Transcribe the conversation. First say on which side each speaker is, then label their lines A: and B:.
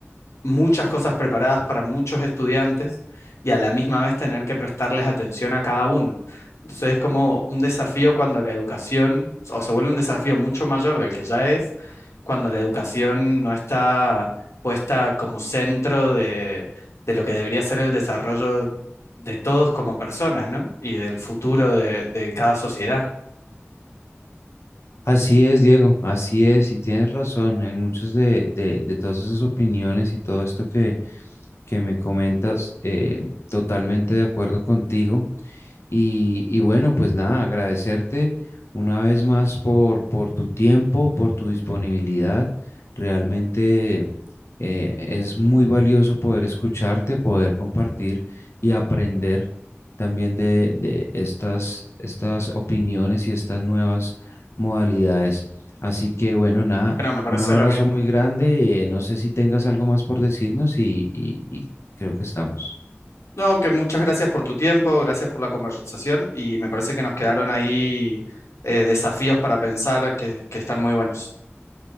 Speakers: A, on the left; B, on the left.
A: muchas cosas preparadas para muchos estudiantes y a la misma vez tener que prestarles atención a cada uno. Entonces es como un desafío cuando la educación, o se vuelve un desafío mucho mayor del que ya es, cuando la educación no está puesta como centro de, de lo que debería ser el desarrollo de todos como personas, ¿no? Y del futuro de, de cada sociedad.
B: Así es, Diego, así es, y tienes razón en muchas de, de- de todas esas opiniones y todo esto que, que me comentas, eh, totalmente de acuerdo contigo. Y, y bueno, pues nada, agradecerte una vez más por, por tu tiempo, por tu disponibilidad. Realmente eh, es muy valioso poder escucharte, poder compartir y aprender también de, de estas, estas opiniones y estas nuevas modalidades. Así que bueno, nada,
A: Bueno, me parece
B: un abrazo
A: lo mismo.
B: muy grande. eh, no sé si tengas algo más por decirnos y, y- y creo que estamos.
A: No, que muchas gracias por tu tiempo, gracias por la conversación y me parece que nos quedaron ahí eh, desafíos para pensar que, que están muy buenos.